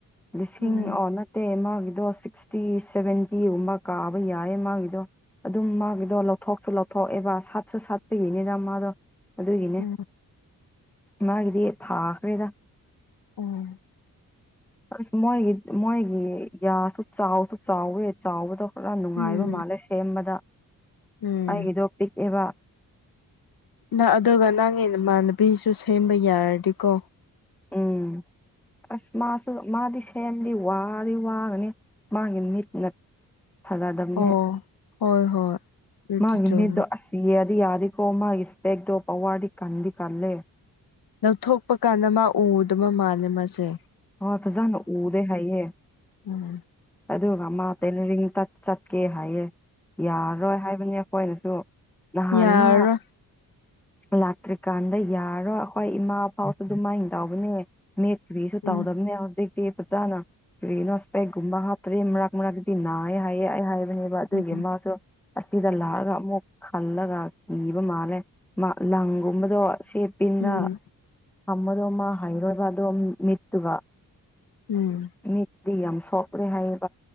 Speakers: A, in the centre; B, on the left (about 75°).
A: ꯂꯤꯁꯤꯡ
B: ꯎꯝ
A: ꯑꯣ ꯅꯠꯇꯦ ꯃꯥꯒꯤꯗꯣ ꯁꯤꯛꯁꯇ ꯇꯤ ꯁꯚꯦꯟꯇꯤꯒꯨꯝꯕ ꯀꯥꯕ ꯌꯥꯏꯌꯦ ꯃꯥꯒꯤꯗꯣ ꯑꯗꯨꯝ ꯃꯥꯒꯤꯗꯣ ꯂꯧꯊꯣꯛꯁꯨ ꯂꯧꯊꯣꯛꯑꯦꯕ ꯁꯥꯠꯁꯨ ꯁꯥꯠꯄꯒꯤꯅꯤꯗ ꯃꯥꯗꯣ ꯑꯗꯨꯒꯤꯅꯦ
B: ꯎꯝ
A: ꯃꯥꯒꯤꯗꯤ ꯐꯥꯈ꯭ꯔꯦꯗ
B: ꯑꯣꯝ
A: ꯑꯁ ꯃꯣꯏꯒꯤ ꯃꯣꯏꯒꯤ ꯌꯥꯁꯨ ꯆꯥꯎꯁꯨ ꯆꯥꯎꯋꯦ ꯆꯥꯎꯕꯗꯣ ꯄꯨꯔꯥ ꯅꯨꯡꯉꯥꯏꯕ
B: ꯎꯝ
A: ꯃꯥꯜꯂꯦ ꯁꯦꯝꯕꯗ
B: ꯎꯝ
A: ꯑꯩꯒꯤꯗꯣ ꯄꯤꯛꯑꯦꯕ
B: ꯅ ꯑꯗꯨꯒ ꯅꯪꯒꯤ ꯏꯃꯥꯟꯅꯕꯤꯁꯨ ꯁꯦꯝꯕ ꯌꯥꯔꯗꯤꯀꯣ
A: ꯎꯝ ꯑꯁ ꯃꯥꯁꯨ ꯃꯥꯗꯤ ꯁꯦꯝꯗꯤ ꯋꯥꯗꯤ ꯋꯥꯒꯅꯤ ꯃꯥꯒꯤꯦ ꯃꯤ ꯅ ꯐꯖꯥꯗꯝꯅꯦ
B: ꯑꯣ ꯍꯣꯏ ꯍꯣꯏ ꯑꯗꯨꯗꯤ
A: ꯃꯥꯒꯤ
B: ꯆꯨꯝꯃꯦ
A: ꯃꯤꯠꯗꯣ ꯑꯁ ꯁꯤ ꯌꯥꯗꯤ ꯌꯥꯔꯤꯀꯣꯃ ꯏ ꯏꯁꯄꯦꯛꯦꯛꯗꯣ ꯄꯋꯥꯗꯤ ꯀꯗꯤ ꯀꯂꯦ
B: ꯂꯧꯊꯣꯛꯄ ꯀꯥꯟꯗ ꯃꯥ ꯎꯗꯕ ꯃꯥꯜꯂꯦ ꯃꯥꯁꯦ
A: ꯍꯣꯏ ꯐꯖꯅ ꯎꯗꯦ ꯍꯥꯏꯌꯦ
B: ꯎꯝ
A: ꯑꯗꯨꯒ ꯃꯥ ꯇꯦꯂꯔꯤꯡ ꯆꯠ ꯆꯠꯀꯦ ꯍꯥꯏꯌꯦ ꯌꯥꯔꯔꯣꯏ ꯍꯥꯏꯕꯅꯤ ꯑꯩꯈꯣꯏꯅꯁꯨ ꯅꯍꯥꯟꯅ
B: ꯌꯥꯔꯔꯣꯏ
A: ꯂꯥꯛꯇ꯭ꯔꯤꯀꯥꯟꯗ ꯌꯥꯔꯣ ꯑꯩꯈꯣꯏ ꯏꯃꯥ ꯐꯥꯎ ꯑꯗꯨꯃꯥꯏꯅ ꯇꯧꯕꯅꯦ ꯃꯤꯠ ꯐꯁꯨꯇꯥ
B: ꯎꯝ
A: ꯑꯣꯗꯕꯅꯦ ꯐꯖꯥꯅ ꯀꯔꯤꯅꯣꯁꯄꯦꯛꯒꯨꯝꯕ ꯍꯥꯞꯇ꯭ꯔꯦ ꯃꯔꯛ ꯃꯔꯛꯇꯗꯤ ꯅꯥꯑ ꯍꯥꯏꯌꯦ ꯑꯩ ꯍꯥꯏꯕꯅꯦ ꯑꯗꯨꯒꯤ
B: ꯎꯝ
A: ꯃꯥꯁꯨ ꯑꯁꯤꯗ ꯂꯥꯛꯑꯒ ꯑꯃꯨꯛ ꯈꯜꯂꯒ ꯀꯤꯕ ꯃꯥꯜꯂꯦ ꯂꯪꯒꯨꯝꯕꯗꯣ ꯁꯦꯞꯄꯤꯤꯟꯒ
B: ꯎꯝ
A: ꯑꯃꯔꯣ ꯃꯥ ꯍꯥꯏꯔꯣꯕꯗꯣ ꯃꯤꯠꯇꯨꯒ
B: ꯎꯝ
A: ꯃꯤ ꯌꯥꯝ ꯁꯣꯛꯅꯦ ꯍꯥꯏ